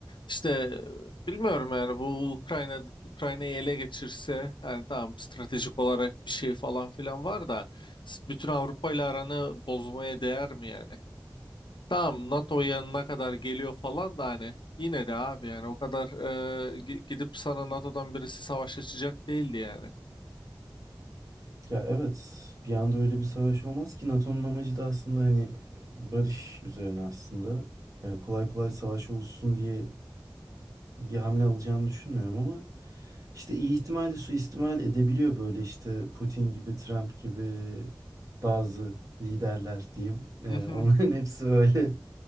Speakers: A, on the left (about 70°); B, on the right (about 45°).
A: işte e, bilmiyorum yani bu Ukrayna Ukrayna'yı ele geçirse yani tamam stratejik olarak bir şey falan filan var da s- bütün Avrupa ile aranı bozmaya değer mi yani? Tamam NATO'ya ne kadar geliyor falan da hani yine de abi yani o kadar e, gi- gidip sana NATO'dan birisi savaş açacak değildi yani.
B: Ya evet bir anda öyle bir savaş olmaz ki NATO'nun amacı da aslında hani barış üzerine aslında. Ya kolay kolay savaş oluşsun diye bir hamle alacağını düşünmüyorum ama işte iyi ihtimalle suistimal edebiliyor böyle işte Putin gibi, Trump gibi bazı liderler diyeyim. Ee,
A: Mhm.
B: onların <laughs> hepsi böyle